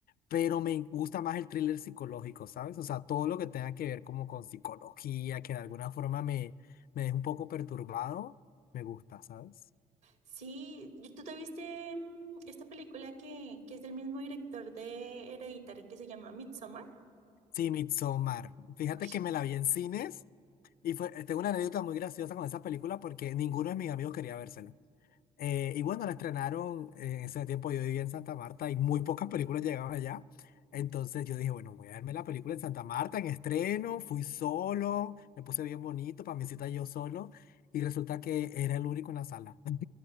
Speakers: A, on the left; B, on the right.
A: pero me gusta más el thriller psicológico, ¿sabes? O sea, todo lo que tenga que ver como con psicología, que de alguna forma me, me deja un poco perturbado, me gusta, ¿sabes?
B: Sí, ¿y ¿tú te viste mm, esta película que, que es del mismo director de Hereditary que se llama Midsommar?
A: Sí, Midsommar. Fíjate
B: Uy,
A: que me la vi en cines y fue, tengo una anécdota muy graciosa con esa película porque ninguno de mis amigos quería vérsela. Eh, y bueno, la estrenaron, eh, en ese tiempo yo vivía en Santa Marta y muy pocas películas llegaban allá. Entonces yo dije, bueno, voy a verme la película en Santa Marta en estreno, fui solo, me puse bien bonito para mi cita yo solo y resulta que era el único en la sala. <laughs>